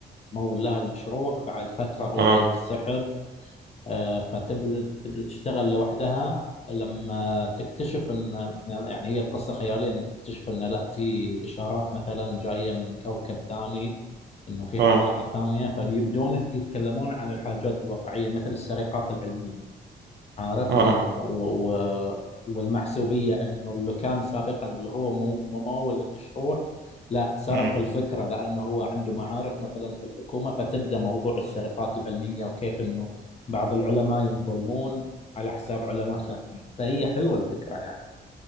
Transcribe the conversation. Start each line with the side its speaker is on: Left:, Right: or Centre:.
Left: يمول لها المشروع بعد فتره هو
Right: اه
Left: ينسحب آه، فتبدأ تبدأ تشتغل لوحدها لما تكتشف ان يعني هي القصة خيالية ان تكتشف ان لا في اشارات مثلا جاية من كوكب ثاني انه في
Right: اه
Left: حضارة ثانية فبيبدون يتكلمون عن الحاجات الواقعية مثل السرقات العلمية عارف
Right: اه
Left: وانه و... و... والمحسوبيه انه اللي كان سابقا اللي هو مو- ممول المشروع لا سرق
Right: مم.
Left: الفكره لانه هو عنده معارف مثلا في الحكومه فتبدا موضوع السرقات العلميه وكيف انه بعض العلماء ينظلمون على حساب علماء ثانيين فهي حلوه الفكره يعني